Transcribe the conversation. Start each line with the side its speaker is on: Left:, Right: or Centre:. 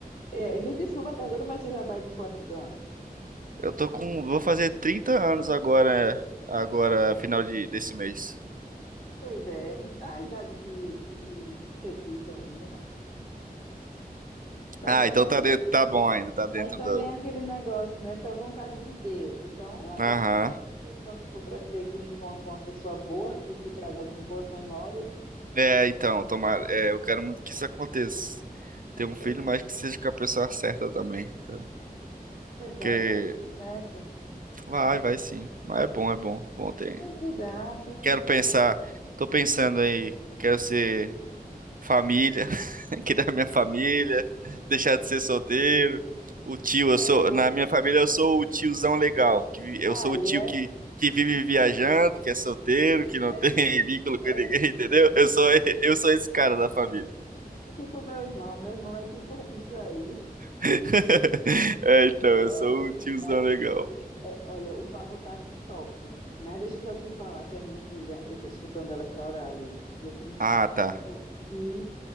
Left: É, me desculpa a pergunta, mas você já vai com quantos anos?
Right: Eu tô com. Vou fazer 30 anos agora, agora, final de, desse mês.
Left: Pois é, a idade que, que, que eu tive, a minha. Mas
Right: Ah,
Left: também,
Right: então tá
Left: foi-
Right: dentro, tá bom ainda, tá dentro
Left: mas também
Right: do.
Left: é aquele negócio, né? Foi a vontade de Deus. Então, eu aguardo
Right: Aham.
Left: que quando for para ser que encontre uma pessoa boa, que te traga boas memórias.
Right: É, então, tomara. É, eu quero muito que isso aconteça. Ter um
Left: Pois
Right: filho,
Left: é,
Right: mas que seja com a pessoa certa também. tá?
Left: pois é,
Right: Porque
Left: mas dá certo.
Right: vai, vai sim. Mas é bom, é bom. Bom ter.
Left: Sempre dá, sempre
Right: Quero
Left: dá.
Right: pensar. Tô pensando aí. Quero ser família. aqui da minha família, deixar de ser solteiro. O tio,
Left: Para
Right: eu sou,
Left: um pouco.
Right: na minha família eu sou o tiozão legal, que vi- eu
Left: Aí
Right: sou o tio
Left: é,
Right: que, que vive viajando, que é solteiro, que não
Left: é
Right: tem
Left: tipo,
Right: <laughs> vínculo com
Left: é,
Right: ninguém, entendeu? Eu sou, e- eu sou esse cara da família.
Left: é tipo meu irmão, meu irmão é tipo isso aí.
Right: <laughs> É, então, eu
Left: Olha,
Right: sou o tiozão
Left: mas
Right: legal.
Left: É, olha, o papo tá top, mas deixa eu só te falar que a minha filha, eu tô escutando ela chorar ali, e eu preciso
Right: Ah, tá.
Left: ir